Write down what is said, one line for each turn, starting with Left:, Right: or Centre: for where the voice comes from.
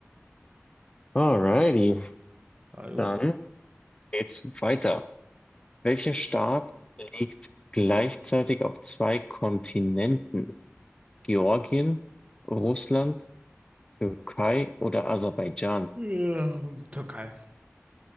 Left: Alrighty.
Right: Also.
Left: Dann geht's weiter. Welcher Staat liegt gleichzeitig auf zwei Kontinenten? Georgien, Russland Türkei oder Aserbaidschan?
Right: Ja, Türkei.